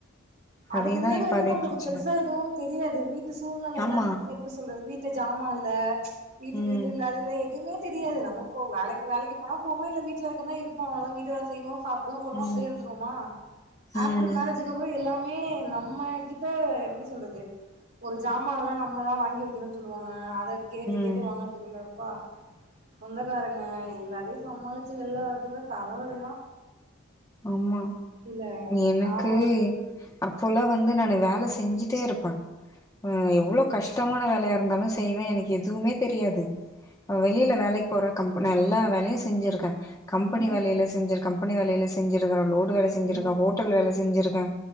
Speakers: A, on the right; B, on the left.
A: அதுக்கு
B: அதேதா
A: முன்னாடி
B: இப்ப
A: வந்து
B: அதே
A: நம்ளுக்கு
B: பிரச்சன
A: பெருசா எதுவு தெரியாது வீட்டு சூழ்நில
B: ஆமா
A: என்னன்னு எப்டி சொல்றது வீட்ட ஜாமா இல்ல இதுக்கு
B: ம்
A: இது இல்லாது இல்ல எதுமே தெரியாது நம போ வேலக் வேலக்கி போனா போவோ இல்ல வீட்ல இருக்கர்னா இருப்போ அவ்ள தா வீட்டு வேல செய்வோ சாப்டவோ கொல்லுவோ
B: ம்
A: அப்டியே இருந்துருவோமா ஆப்ஃடர்
B: ம்
A: மேரேஜ் அதுக்கப்றோ எல்லாமே நம்ம கிட்ட எப்டி சொல்றது ஒரு ஜாமா இல்ல நம்ப தா வாங்கி வைக்கணுன் சொல்லுவாங்க அத கேட்டு கேட்டு
B: ம்
A: வாங்கறதுக்குள்ள அப்பா சொந்தக்காரங்க எல்லா சமாளிச்சு வெள்ல வரதுக்குல்ல தலவலிதா
B: ஆமா
A: இதுல
B: எனக்கு
A: நானு
B: அப்போல்லா வந்து நானு வேல செஞ்சுட்டே இருப்பே ஆ எவ்ளோ கஷ் டமான வேலயா இருந்தாலு செய்வே எனக்கு எதுமே தெரியாது வெளில
A: ஆமா
B: வேலைக் போற கம்ப் நா எல்லா வேலையு செஞ்சிருக்கே கம்பெனி
A: ம்
B: வேலையில செஞ்சு கம்பெனி வேலையில செஞ்சிருக்கே லோடு வேல செஞ்சிருக்கே
A: ம்
B: ஹோட்டல் வேல செஞ்சிருக்கே